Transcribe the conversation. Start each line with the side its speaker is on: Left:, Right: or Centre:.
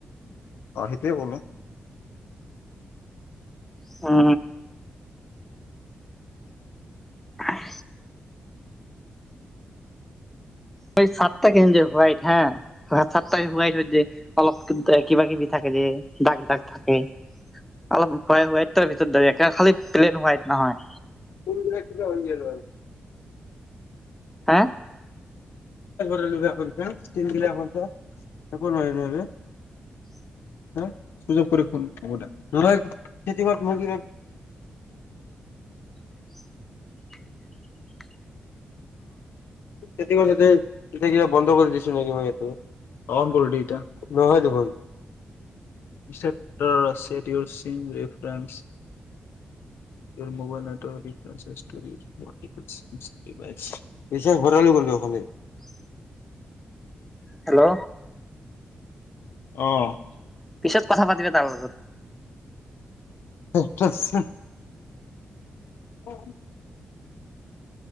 Left: অ সেইটোৱে ক'লো
Centre: অ আহ হয় চাটটা কেন যে হোৱাইট হা চাটটটা হোৱাইট হয় যে অলপ কিবা কিবি থাকে দাগ দাগ থাকে অলপ হোৱাই হোৱাইট তাৰ ভিতৰত দ খালি প্লেন হোৱাইট নহয়
Left: কোন কিিবা হৈ গ আৰু
Centre: হা
Left: ল এ চিন দিল এ ত এ হয় ন
Centre: <unintelligible>
Left: হা সুযোগ কৰি খুন হ'ব দো নহয় খেতিপথ মই ক
Centre: <unintelligible>
Left: তেটো এতিয়া কিবা বন্ধ কৰি দিছো নেকি মই এইটো কন কৰি দে ইটা হয় দেখ ইেক্টৰ আছেড ইউল চিম ৰেফাৰেন্স মবাইল ন ঘৰালি কৰিব অখাল
Centre: <unintelligible> হ
Left: আহ
Centre: পিছত কথা পাতিবা তাৰ লগত
Left: আচছা আছা অ